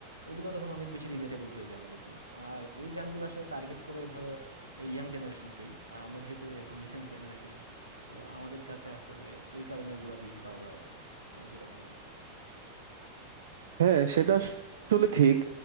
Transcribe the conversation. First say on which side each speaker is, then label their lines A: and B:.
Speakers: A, on the right; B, on the right.
A: ওগুলা তখন অনেক বেশি রিলেটেবল হয়ে যায় আমাদের জন্য আর ওই গানগুলো আসলে টার্গেট করে ধরো এই ইয়াং জেনারেশনকেই আর আমরা যেহেতু এখন ইয়াং জেনারেশনই তো আমাদের কাছে আসলে ওই কারণে ওগুলা বেশি ভালো লাগে আর কি, আমার যেটা মনে হয়
B: হ্যাঁ সেটা আসলে ঠিক